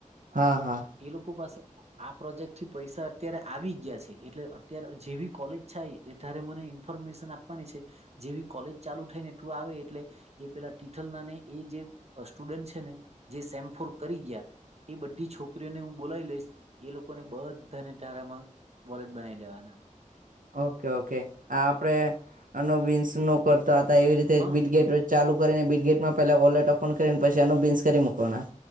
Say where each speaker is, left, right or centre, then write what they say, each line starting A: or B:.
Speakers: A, on the right; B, on the right.
A: હા
B: તો
A: હા
B: એ લોકો પાસે આ પ્રોજેક્ટ થી પૈસા અત્યારે આવી ગયા છે એટલે અત્યારે જેવી કોલેજ થાય એ ત્યારે મને ઇન્ફોર્મેશન આપવાની છે જે બી કોલેજ ચાલુ થાય ને તું આવે એટલે એ પેલા તીથલ નાને એ જે સ્ટુડન્ટ છે ને જે સેમફોર કરી ગયા એ બધી છોકરીઓને હું બોલાવી લઈશ એ લોકોને બધાને તારામાં વોલેટ બનાવી દેવાના
A: ઓકે ઓકે આ આપડે અનો બીનશ નો કરતો આ એવી રીતે
B: હા
A: બીટગેટ ચાલુ કરીને બિટગેટમાં પેલા વોલેટ ઓપન કરીને પછીનું બીન્સ કરી મૂકવાના